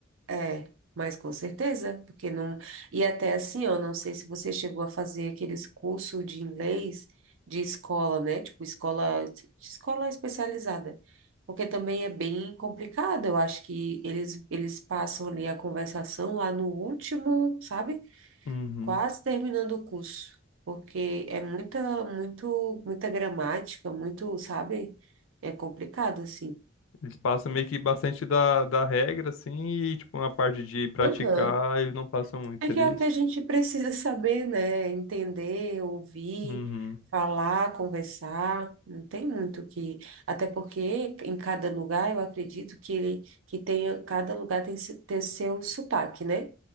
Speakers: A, on the right; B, on the left.
A: É, mas com certeza, porque não. E até assim, ó, não sei se você chegou a fazer aqueles cursos de inglês de escola, né? Tipo, escola, escola especializada. Porque também é bem complicado. Eu acho que eles, eles passam ali a conversação lá no último, sabe?
B: Uhum.
A: quase terminando o curso, porque é muita, muito, muita gramática, muito, sabe? É complicado assim.
B: Eles passam meio que bastante da, da regra, assim, e, tipo, na parte de praticar,
A: Aham.
B: eles não passam muito,
A: É
B: seria
A: que é o
B: isso?
A: que a gente precisa saber, né? Entender, ouvir,
B: Uhum.
A: falar, conversar. Não tem muito que. Até porque em cada lugar, eu acredito que ele que tenha, cada lugar tem, se- tem seu sotaque, né?